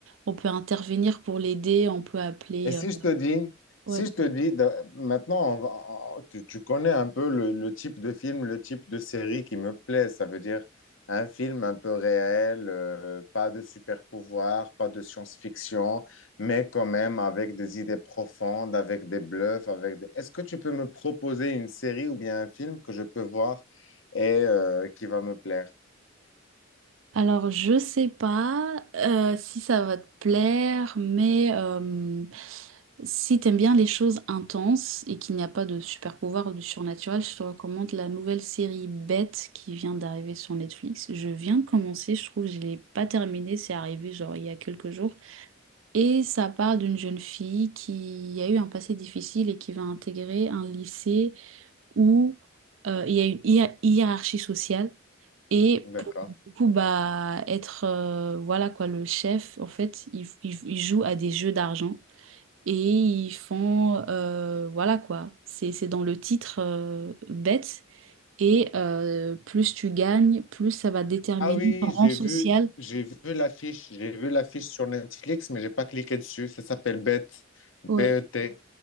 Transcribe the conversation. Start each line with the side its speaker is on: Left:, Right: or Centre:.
Right: On peut intervenir pour l'aider, on peut appeler.
Left: Et si
Right: euh,
Left: je te dis,
Right: ouais.
Left: si je te dis, d'a- maintenant, on va- on- tu, tu connais un peu le, le type de film, le type de série qui me plaît. Ça veut dire un film un peu réel, euh, pas de super pouvoir, pas de science-fiction, mais quand même avec des idées profondes, avec des bluffs, avec des... Est-ce que tu peux me proposer une série ou bien un film que je peux voir et euh, qui va me plaire?
Right: Alors, je sais pas euh, si ça va te plaire, mais euh, si t'aimes bien les choses intenses et qu'il n'y a pas de super pouvoir ou de surnaturel, je te recommande la nouvelle série Bête qui vient d'arriver sur Netflix. Je viens de commencer, je trouve que je l'ai pas terminée, c'est arrivé genre il y a quelques jours. Et ça parle d'une jeune fille qui a eu un passé difficile et qui va intégrer un lycée où euh, il y a une hiér- hiérarchie sociale. Et
Left: D'accord.
Right: pour du coup bah être euh, voilà quoi le chef en fait il, il, il joue à des jeux d'argent et ils font euh, voilà quoi c'est c'est dans le titre euh, bête et euh, plus tu gagnes plus ça va déterminer
Left: Ah oui,
Right: ton rang
Left: j'ai
Right: social
Left: vu, j'ai vu l'affiche, j'ai vu l'affiche sur Netflix, mais j'ai pas cliqué dessus. Ça s'appelle Bet, B-E-T.
Right: ouais